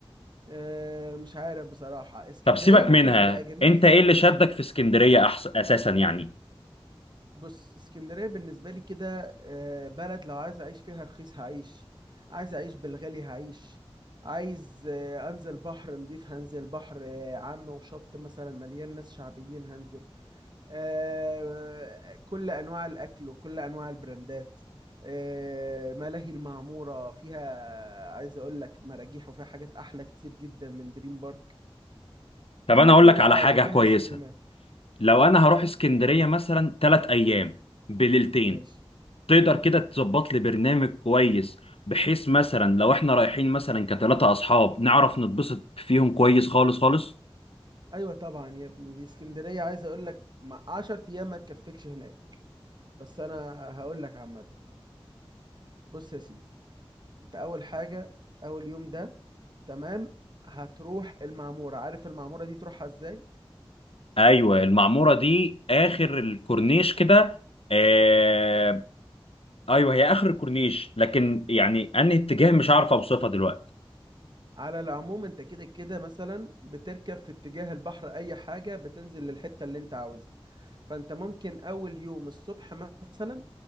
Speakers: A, on the right; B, on the left.
A: آه، مش عارف بصراحه اسكندريه
B: طب سيبك
A: ممكن
B: منها
A: بتبقى جميله
B: انت
A: في الشتاء
B: ايه اللي شدك في اسكندرية أحس... اساسا يعني
A: بص اسكندرية بالنسبة لي كده آه، بلد لو عايز أعيش فيها رخيص هعيش عايز أعيش بالغالي هعيش عايز آه، أنزل بحر نضيف هنزل بحر آه، عام وشط مثلا مليان ناس شعبيين هنزل آه، كل أنواع الأكل وكل أنواع البراندات آه، ملاهي المعمورة فيها عايز أقول لك مراجيح وفيها حاجات أحلى كتير جدا من دريم بارك
B: طب
A: فيها
B: انا اقول
A: كل
B: لك على
A: حاجة
B: حاجة
A: فيها
B: كويسة
A: سينما
B: لو
A: مم،
B: انا هروح اسكندرية مثلا ثلاث ايام بليلتين
A: ماشي
B: تقدر كده تظبط لي برنامج كويس بحيث مثلا لو احنا رايحين مثلا كثلاثة اصحاب نعرف نتبسط فيهم كويس خالص خالص
A: ايوه طبعا يا ابني دي اسكندريه عايز اقول لك مع 10 ايام ما تكفكش هناك بس انا هقول لك عامه بص يا سيدي انت اول حاجه اول يوم ده تمام هتروح المعموره عارف المعموره دي تروحها ازاي
B: ايوه المعمورة دي اخر الكورنيش كده آه... ايوه هي اخر الكورنيش لكن يعني انهي اتجاه مش عارف اوصفها دلوقتي
A: على العموم انت كده كده مثلا بتركب في اتجاه البحر اي حاجه بتنزل للحته اللي انت عاوزها فانت ممكن اول يوم الصبح مثلا